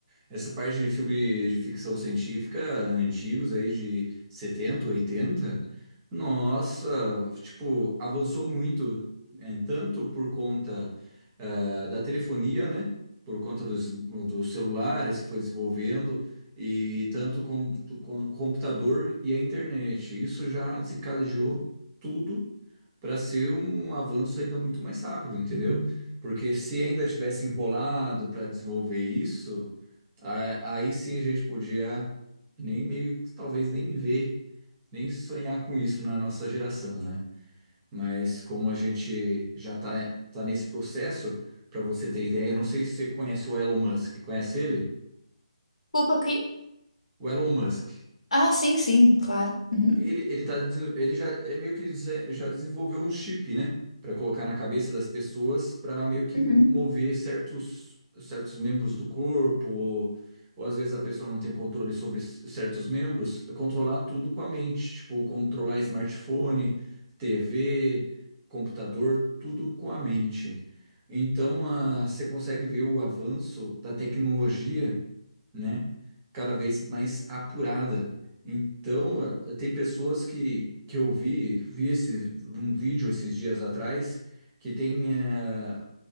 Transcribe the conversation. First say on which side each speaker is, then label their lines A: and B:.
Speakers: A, on the right; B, on the left.
A: essa parte de filme de ficção científica antigos aí de 70 oitenta nossa, tipo, avançou muito, é, tanto por conta ah, da telefonia, né? Por conta dos, dos celulares que foi desenvolvendo, e tanto com, com o computador e a internet. Isso já desencadeou tudo para ser um avanço ainda muito mais rápido, entendeu? Porque se ainda tivesse enrolado para desenvolver isso. Ah, Aí sim a gente podia nem meio que talvez nem ver, nem sonhar com isso na nossa geração, né? Mas como a gente já tá, tá nesse processo, para você ter ideia, eu não sei se você conhece o Elon Musk. Conhece ele?
B: culpa quem?
A: O Elon Musk.
B: Ah, sim, sim, claro. Uhum.
A: Ele, ele, tá, desen- ele já é meio que desen- já desenvolveu um chip, né? Para colocar na cabeça das pessoas, para meio que
B: Uhum.
A: mover certos, certos membros do corpo, ou, ou às vezes a pessoa não tem controle sobre c- certos membros, controlar tudo com a mente, tipo, controlar smartphone, TV, computador, tudo com a mente. Então, a, você consegue ver o avanço da tecnologia né? Cada vez mais apurada. Então, eh, tem pessoas que, que eu vi, vi esse, um vídeo esses dias atrás, que tem, eh,